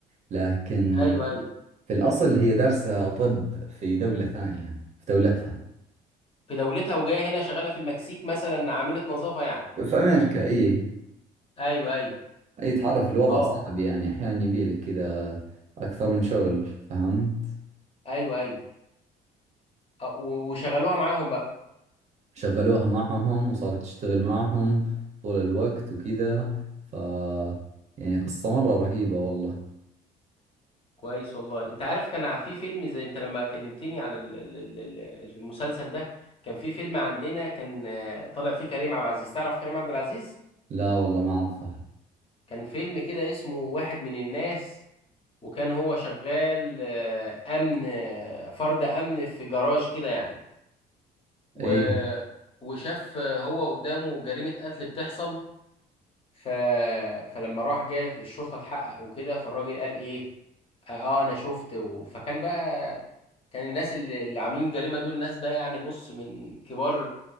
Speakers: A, on the right (about 45°); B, on the left (about 35°).
A: لكن
B: ايوه ايوه
A: في الاصل هي دارسة طب في دولة ثانية في دولتها
B: في دولتها وجايه هنا شغالة في المكسيك مثلا عاملة نظافة يعني
A: في امريكا اي
B: ايوه ايوه
A: اي تعرف الوضع
B: اه
A: صعب يعني احيانا يبيلك كذا اكثر من شغل فهمت
B: ايوه ايوه آه، و- وشغلوها معاهم بقى
A: شغلوها معهم وصارت تشتغل معهم طول الوقت وكذا ف يعني قصة مرة رهيبة والله
B: كويس والله انت عارف كان في فيلم زي انت لما كلمتني عن ال- ال- ال- ال- المسلسل ده كان في فيلم عندنا كان آه، طالع فيه كريم عبد العزيز تعرف كريم عبد العزيز
A: لا والله ما اعرفها
B: كان فيلم كده اسمه واحد من الناس وكان هو شغال آه، امن آه، فرد امن في جراج كده يعني و
A: اي
B: وشاف آه، هو قدامه جريمة قتل بتحصل ف... فلما راح جت الشرطه اتحقق وكده فالراجل قال ايه اه آه، انا شفت و... فكان بقى كان الناس اللي, اللي عاملين الجريمه دول ناس بقى يعني بص من كبار